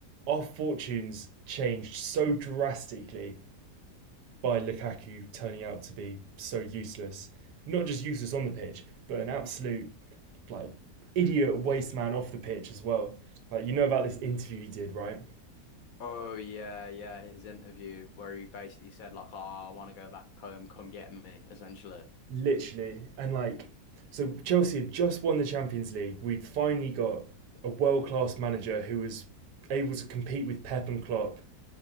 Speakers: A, on the right; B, on the left.
A: our fortunes changed so drastically by Lukaku turning out to be so useless. Not just useless on the pitch, but an absolute like idiot waste man off the pitch as well. Like you know about this interview he did, right?
B: Oh yeah, yeah, his interview where he basically said like, "Oh, I want to go back home. Come get me," essentially.
A: Literally, and like so Chelsea had just won the Champions League. We'd finally got a world class manager who was able to compete with Pep and Klopp